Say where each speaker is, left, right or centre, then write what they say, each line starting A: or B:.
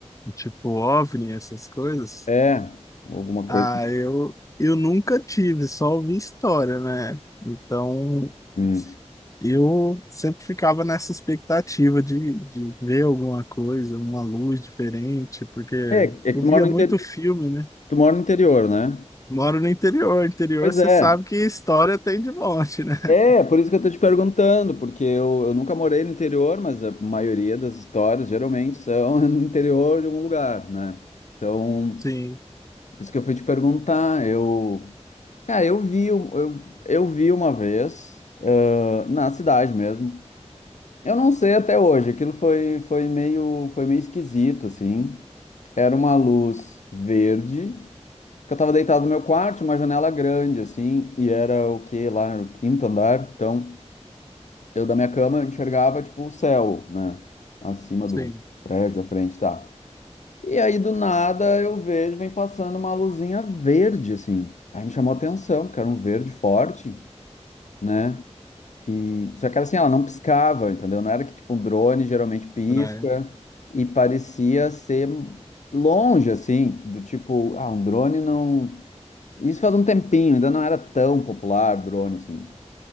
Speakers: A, on the left; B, on the left.
A: Tipo, OVNI, essas coisas?
B: É, alguma
A: Ah,
B: coisa.
A: eu, eu nunca tive, só ouvi história, né? Então,
B: Hum.
A: eu sempre ficava nessa expectativa de, de ver alguma coisa, uma luz diferente, porque
B: É, é que
A: eu
B: tu
A: via
B: mora no,
A: muito
B: inte-
A: filme, né?
B: tu mora no interior, né?
A: Moro no interior, interior
B: Pois
A: você
B: é.
A: sabe que história tem de monte, né?
B: É, por isso que eu tô te perguntando, porque eu, eu nunca morei no interior, mas a maioria das histórias geralmente são <laughs> no interior de algum lugar, né? Então,
A: <laughs> Sim,
B: por isso que eu fui te perguntar. Eu, cara, eu vi, um- eu, eu vi uma vez, ah, na cidade mesmo. Eu não sei até hoje, aquilo foi, foi meio, foi meio esquisito, assim. Era uma luz verde, porque eu tava deitado no meu quarto, uma janela grande, assim, e era o quê lá, era o quinto andar, então. eu da minha cama eu enxergava tipo o céu, né? Acima
A: sim,
B: do prédio da frente, tá? E aí do nada eu vejo, vem passando uma luzinha verde, assim. Aí me chamou a atenção, porque era um verde forte, né? E só que era assim, ela não piscava, entendeu? Não era que tipo um drone geralmente pisca
A: praia.
B: e parecia ser longe, assim, do tipo, ah, um drone não. Isso faz um tempinho, ainda não era tão popular drone assim.